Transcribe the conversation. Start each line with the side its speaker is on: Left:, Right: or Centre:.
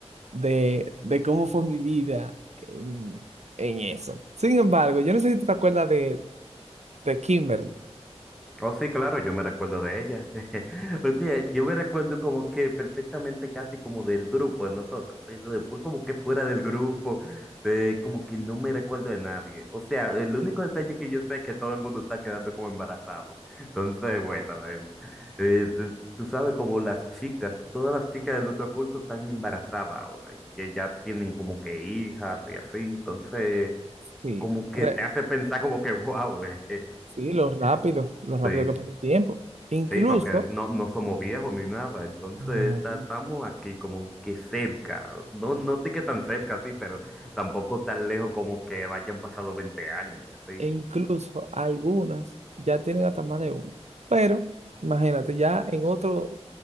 Right: de, de cómo fue mi vida en, en eso. Sin embargo, yo no sé si tú te acuerdas de, de Kimberly.
Centre: Oh, sí, claro, yo me recuerdo de ella. <laughs> O sea, yo me recuerdo como que perfectamente casi como del grupo de nosotros, pero después como que fuera del grupo, eh, como que no me recuerdo de nadie. O sea, el único detalle que yo sé es que todo el mundo está quedando como embarazado. Entonces, bueno, em, eh, tú, tú sabes como las chicas, todas las chicas de nuestro curso están embarazadas ahora y que ya tienen como que hijas y así, entonces
Right: Sí.
Centre: como que
Right: Re-
Centre: te hace pensar como que, wow, güey.
Right: Sí, lo rápido,
Centre: <laughs>
Right: lo rápido
Centre: Sí.
Right: que pasa el tiempo. Incluso,
Centre: Sí, porque no, no somos viejos ni nada, entonces
Right: no,
Centre: ta- estamos aquí como que cerca, no, no te que tan cerca, sí, pero tampoco tan lejos como que hayan pasado 20 años y así.
Right: e incluso algunas ya tienen hasta más de uno. Pero, imagínate, ya en otro,